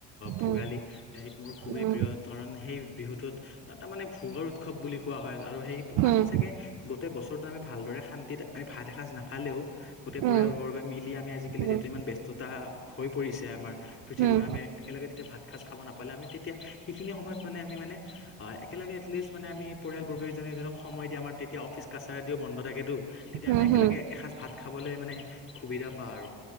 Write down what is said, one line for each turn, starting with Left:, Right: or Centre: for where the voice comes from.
Left: ভোগালী
Right: উম,
Left: এইত মোৰ খুবেই
Right: উম,
Left: প্ৰিয় কাৰণ সেই বিহুটোত তাৰ মানে ভোগৰ উৎসৱ বুলি কোৱা হয় আৰু সেই
Right: উম,
Left: আমি চাগে গোটেই বছৰটো আমি ভালদৰে শান্তিত আমি ভাত এসাঁজ নাখালেও গোটেই পৰিয়ালবৰ্গই
Right: উম,
Left: মিলি আমি আজিকালি
Right: উম,
Left: যিহেতু ইমান ব্যস্ততা হৈ পৰিছে আমাৰ পৃথিৱীত
Right: উম,
Left: আমি একেলগে তিয়া ভাত খাচ খাব নাপালে আমি তেতিয়া সেইখিনি সময়ত মানে আমি একেলগে এটলিছ মানে পৰিয়াল জুনে, জুনে সময় আমাৰ তেতিয়া অফিচ কাছাৰদিও বন্ধ থাকেতো তেতিয়া
Right: উম,
Left: আমি একেলগে
Right: হম।
Left: এসাঁজ ভাত খাবলৈ মানে সুবিধা বাৰু